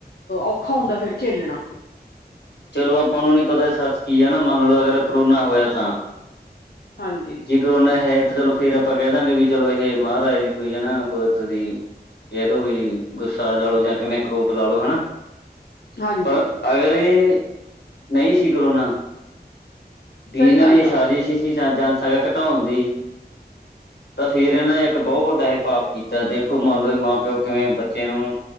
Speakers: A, on the left; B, on the left.
A: ਔਖਾ ਹੁੰਦਾ ਫੇਰ ਝੇਲਣਾ।
B: ਚਲੋ ਆਪਾਂ ਨੂੰ ਨੀ ਪਤਾ ਸੱਚ ਕੀ ਐ ਨਾ ਮੰਨ ਲਓ, ਅਗਰ ਕਰੋਨਾ ਹੋਯਾ ਤਾਂ।
A: ਹਾਂਜੀ।
B: ਜੇ ਕਰੋਨਾ ਹੈ ਤਾਂ ਚਲੋ ਫੇਰ, ਆਪਾਂ ਕੈ ਦਾਂਗੇ ਵੀ ਚਲੋ ਐ ਮਹਾਰਾਜ ਦੀ ਕੋਈ ਹੈਨਾ, ਕੁਦਰਤ ਦੀ ਕੈ ਦੋ ਵੀ ਗੁੱਸਾ ਲਾਲਓ ਜਾਂ ਕਿਵੇਂ ਕਰੋਪ ਲਾਲੋ, ਹਨਾ।
A: ਹਾਂਜੀ
B: ਪਰ ਅਗਰਨ ਏ, ਨਈਂ ਸੀ ਕਰੋਨਾ ਦੀ
A: ਸਹੀ
B: ਏਨਾਂ
A: ਗੱਲ
B: ਦੀਆਂ
A: ਆ
B: ਸਾਜ਼ਿਸ਼ ਹੀ ਸੀ ਜਨਸਸੰਖਯਾ ਘਟੋਣ ਦੀ। ਤਾਂ ਫੇਰ ਏਨਾਂ ਨੇ ਏਕ ਬਹੋ ਵੱਡਾ ਏਹ ਪਾਪ ਕੀਤਾ ਦੇਖੋ, ਮੰਨ ਲਓ ਮਾਂ-ਪਿਓ ਕਿਵੇਂ ਬੱਚੇਆਂ ਨੂੰ